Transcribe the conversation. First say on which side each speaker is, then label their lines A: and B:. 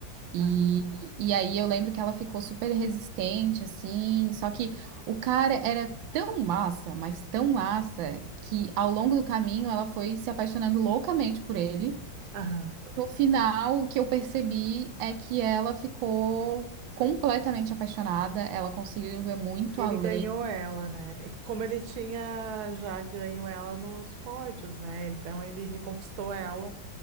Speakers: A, on the right (about 85°); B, on the right (about 65°).
A: E,
B: aham,
A: e aí eu lembro que ela ficou super resistente, assim, só que o cara era tão massa, mas tão massa, que ao longo do caminho ela foi se apaixonando loucamente por ele.
B: aham.
A: no final, o que eu percebi é que ela ficou completamente apaixonada, ela conseguiu ver muito
B: Ele
A: além.
B: ganhou ela, né? E Como ele tinha já ganho ela nos pódios, né? Então ele reconquistou ela